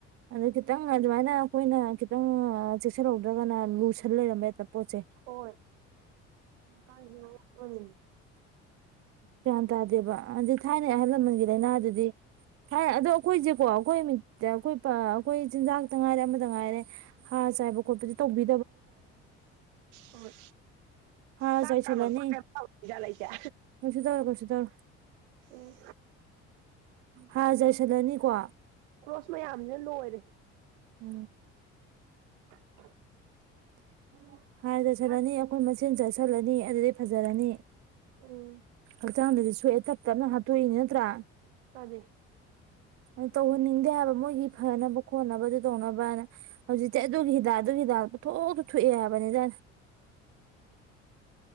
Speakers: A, on the right (about 40°); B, on the right (about 75°).
A: ꯑꯗꯨꯗ ꯀꯈꯤꯇꯪ ꯑꯗꯨꯃꯥꯏꯅ ꯑꯩꯈꯣꯏꯅ ꯈꯤꯇꯪ ꯆꯦꯛꯁꯤꯜꯍꯧꯗ꯭ꯔꯒꯅ ꯂꯨꯁꯟ ꯂꯩꯔꯝꯕ ꯄꯣꯠꯁꯦ
B: ꯍꯣꯏ ꯏ ꯀꯒꯤꯅꯤ
A: ꯆꯥꯟ ꯇꯗꯦꯕ ꯊꯥꯏꯅꯩ ꯑꯍꯜ ꯂꯃꯟꯒꯤ ꯂꯥꯏꯅꯥꯗꯨꯗꯤ ꯊꯥꯏ ꯑꯗꯣ ꯑꯩꯈꯣꯏꯁꯦꯀꯣ ꯑꯩꯈꯣꯏ ꯅꯨꯃꯤꯠꯇ ꯑꯩꯈꯣꯏ ꯑꯩꯈꯣꯏ ꯆꯤꯟꯖꯥꯛꯇ ꯉꯥꯏꯔꯦ ꯑꯃꯗ ꯉꯥꯏꯔꯦ ꯍꯥꯔ ꯆꯥꯏꯕ ꯈꯣꯠꯄꯗꯤ ꯇꯧꯕꯤ
B: ꯍꯣꯏ
A: ꯍꯥꯔ
B: ꯆꯥꯛ
A: ꯆꯥꯏꯁꯜꯂꯅꯤ
B: ꯀꯥꯃꯛꯄ ꯀꯩꯖꯥꯠ ꯂꯩꯀꯦ
A: ꯀꯩꯁꯨ ꯇꯧꯔꯣ ꯀꯩꯁꯨ ꯇꯧꯔꯦ
B: ꯎꯝ
A: ꯍꯥꯔ ꯆꯥꯏꯁꯤꯜꯂꯅꯤꯀꯣ
B: ꯀ꯭ꯔꯣꯁ ꯃꯌꯥꯝꯁꯤꯅ ꯂꯣꯏꯔꯦ
A: ꯎꯝ
B: <inaudible>
A: ꯎꯝ ꯍꯥꯔ ꯆꯠꯁꯤꯜꯂꯅꯤ
B: ꯍꯥꯟ
A: ꯑꯩꯈꯣꯏ ꯃꯆꯦꯟ ꯆꯠꯁꯤꯜꯂꯅꯤ ꯑꯗꯨꯗꯒꯤ ꯐꯖꯔꯅꯤ
B: ꯎꯝ
A: ꯑ ꯆꯥꯗ ꯁꯌꯦ ꯊ ꯇꯛꯇꯦꯅ ꯍꯥ ꯇꯏ ꯅꯠꯇ꯭ꯔꯥ
B: ꯃꯥꯅꯦ
A: ꯑ ꯇꯧꯍꯟꯅꯤꯡꯗꯦ ꯍꯥꯏꯕ ꯃꯣꯏꯒꯤ ꯐꯅꯕ ꯈꯣꯠꯅꯕꯗꯨ ꯇꯧꯅꯕꯅ ꯍꯧꯖꯤꯛ ꯆꯠ ꯑꯗꯨ ꯍꯈꯤꯤꯗꯥ ꯗ ꯄꯊꯣ ꯊꯨꯏ ꯌꯥꯕꯅꯤꯗꯅ